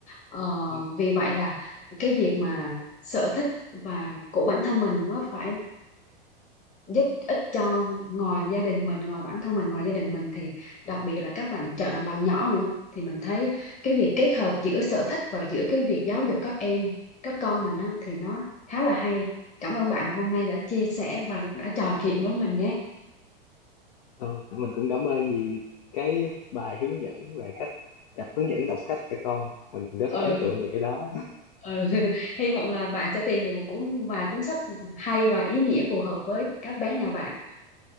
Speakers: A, on the left; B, on the left.
A: ờ,
B: ừ,
A: vì vậy là cái việc mà sở thích và của bản thân mình nó phải giúp ích cho ngoài gia đình mình ngoài bản thân mình ngoài gia đình mình thì đặc
B: ừ.
A: biệt là các bạn chọn bạn nhỏ nữa thì mình thấy cái việc kết hợp giữa sở thích và giữa cái việc giáo dục các em các con mình á, thì nó khá là hay cảm ơn bạn hôm nay đã chia sẻ và đã trò chuyện với mình nhé
B: Ừ, mình cũng cảm ơn vì cái bài hướng dẫn về cách đọc hướng dẫn đọc sách cho con mình rất
A: ừ,
B: là ấn tượng về cái đó
A: ừ. <laughs> hy vọng là bạn sẽ tìm được một cuốn vài cuốn sách hay và ý nghĩa phù hợp với các bé nhà bạn